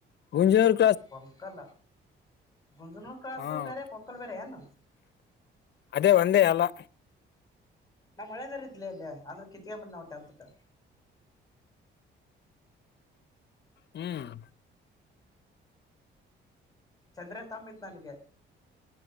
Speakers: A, on the left; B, on the left.
A: ಗುಂಜನರು
B: ಕೊಂಕಲ ಗುಂಜನೂರು ಕ್ರಾಸು
A: ಹಾ
B: ಬೇರೆ ಕೊಂಕಲ್ ಬೇರೆ ಏನ
A: ಅದೇ ಒಂದೇ ಎಲ್ಲಾ
B: ನಾ ಮಳೆದಾರ ಇದ್ಲ ಅಲ್ಲಿ ಅಂದ್ರೆ ಕಿತ್ಗೆ ಮಂದ ಟೆಂತ್ ಕ
A: ಹ್ಮ್.
B: ಚಂದ್ರ ತಂಬ ಇದ್ದ ನನಗೆ